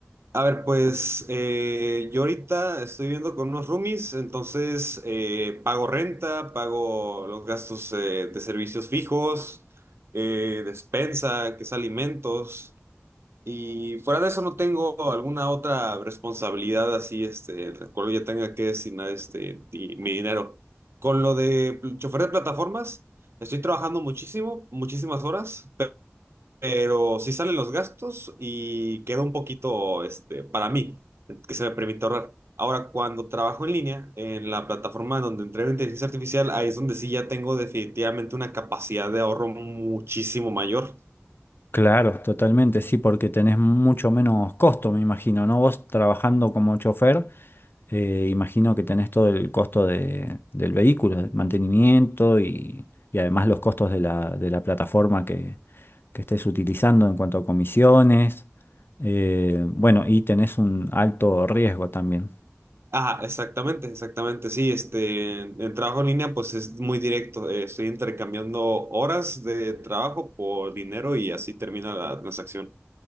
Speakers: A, on the right; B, on the left.
A: A ver, pues eh, yo ahorita estoy viviendo con unos roomies, entonces eh, pago renta, pago los gastos eh, de servicios fijos, eh, despensa, que es alimentos, y fuera de eso no tengo alguna otra responsabilidad así, este, la cual yo tenga que destinar este, di- mi dinero. Con lo de pl- chofer de plataformas, estoy trabajando muchísimo, muchísimas horas pero sí salen los gastos y queda un poquito, este, para mí, que se me permite ahorrar. Ahora, cuando trabajo en línea, en la plataforma donde entreno inteligencia artificial, ahí es donde sí ya tengo definitivamente una capacidad de ahorro muchísimo mayor.
B: Claro, totalmente, sí, porque tenés mucho menos costo, me imagino, ¿no? Vos trabajando como chofer, eh, imagino que tenés todo el costo de- del vehículo, de mantenimiento y, y además los costos de la, de la plataforma que, que estés utilizando en cuanto a comisiones. eh, bueno, y tenés un alto riesgo también.
A: Ah, exactamente, exactamente, sí, este, en en trabajo en línea pues es muy directo, eh, estoy intercambiando horas de trabajo por dinero y así termina la transacción.